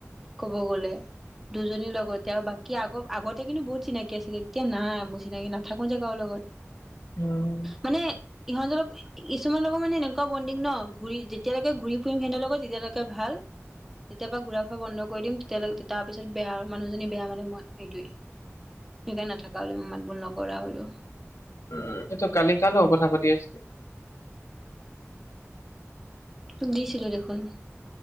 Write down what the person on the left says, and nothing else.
উম
উম সেইটো কালি কাৰ লগত কথা পাতি আছিলি